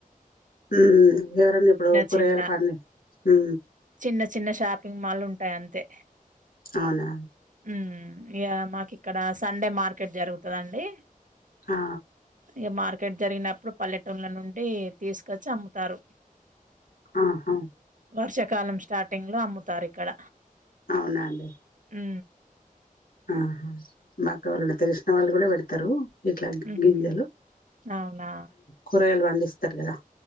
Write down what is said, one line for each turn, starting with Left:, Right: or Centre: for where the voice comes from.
Left: హు ఎవరన్నా ఇప్పుడు కూరగాయల
Right: చిన్న,
Left: బండి హు
Right: చిన్న చిన్న షాపింగ్ మాల్ ఉంటాయి అంతే
Left: అవునా
Right: హు ఇగా మాకి ఇక్కడ సండే మార్కెట్ జరుగుతుదండి
Left: ఆ
Right: ఇ మార్కెట్ జరిగినప్పుడు పల్లెటూళ్ల నుండి తీసుకొచ్చి అమ్ముతారు
Left: ఆహా
Right: వర్ష కాలం స్టార్టింగ్ లో అమ్ముతారు ఇక్కడ
Left: అవునండి
Right: ఉ
Left: ఆహా మాకు వాళ్ళ తెలిసిన వాళ్ళు కూడా పెడతారు ఇట్లా
Right: హుహు.
Left: గింజలు
Right: అవునా?
Left: కూరగాయలు పండిస్త కదా